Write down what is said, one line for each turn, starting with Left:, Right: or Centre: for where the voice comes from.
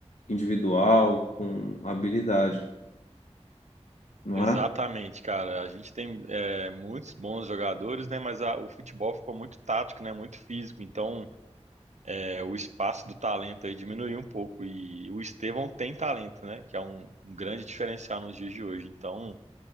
Left: individual, com habilidade, não
Right: Exatamente,
Left: é?
Right: cara. A gente tem é, muitos bons jogadores, né? Mas a- o futebol ficou muito tático, né? Muito físico. Então, é, o espaço do talento aí diminuiu um pouco. E o Estevão tem talento, né? Que é um, um grande diferencial nos dias de hoje. Então,